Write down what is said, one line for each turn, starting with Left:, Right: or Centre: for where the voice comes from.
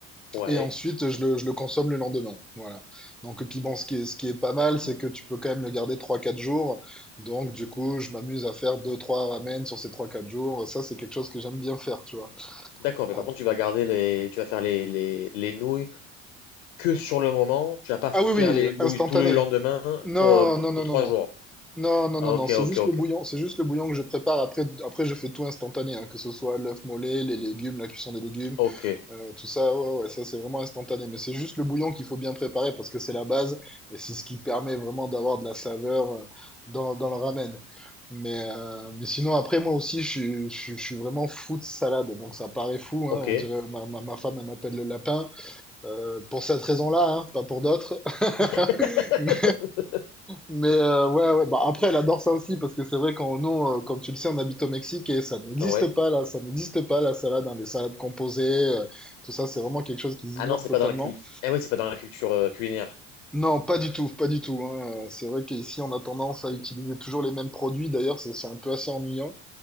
Left: ouais.
Centre: et ensuite je le, je le consomme le lendemain. Voilà. Donc, et puis bon, ce qui est, ce qui est pas mal,
Left: Hmm.
Centre: c'est que tu peux quand même le garder trois, quatre jours. Donc, du coup, je m'amuse à faire deux, trois ramen sur ces trois, quatre jours. Ça, c'est quelque chose que j'aime bien faire, tu vois.
Left: D'accord, mais
Centre: Ah,
Left: par contre, tu vas garder les, tu vas faire les, les, les nouilles que sur le moment. Tu vas pas
Centre: ah
Left: faire
Centre: oui, oui,
Left: les nouilles
Centre: instantané.
Left: tout le lendemain
Centre: Non,
Left: pour, euh, pour,
Centre: non,
Left: pour
Centre: non,
Left: trois
Centre: non, non.
Left: jours.
Centre: Non, non,
Left: Ah,
Centre: non, non,
Left: ok,
Centre: c'est
Left: ok,
Centre: juste
Left: ok.
Centre: le bouillon, c'est juste le bouillon que je prépare. Après, après je fais tout instantané, hein, que ce soit l'œuf mollet, les légumes, la cuisson des légumes,
Left: Ok,
Centre: euh, tout ça, ouais, ouais, ça c'est vraiment instantané. Mais c'est juste le bouillon qu'il faut bien préparer parce que c'est la base et c'est ce qui permet vraiment d'avoir de la saveur euh, dans, dans le ramen. Mais, euh, mais sinon, après, moi aussi, je suis, je, suis je suis vraiment fou de salade, donc ça paraît fou, hein,
Left: ok.
Centre: on dirait ma, ma, ma femme, elle m'appelle le lapin. Euh, pour cette raison-là, hein, pas pour d'autres. <laughs>
Left: <laughs>
Centre: Mais, mais, euh, ouais, ouais. Bah, après, elle adore ça aussi, parce que c'est vrai qu'on, nous, euh, comme tu le sais, on habite au Mexique et ça n'existe
Left: Ouais.
Centre: pas là, ça n'existe pas la salade, hein, les salades composées, euh, tout ça, c'est vraiment quelque chose qu'ils
Left: Ah
Centre: ignorent
Left: non, c'est
Centre: totalement.
Left: pas dans la culture. Ah oui, c'est pas dans la culture euh, culinaire.
Centre: Non, pas du tout, pas du tout. hein. Euh, C'est vrai qu'ici, on a tendance à
Left: C'est-
Centre: utiliser toujours les mêmes produits. D'ailleurs, c'est c'est un peu assez ennuyant.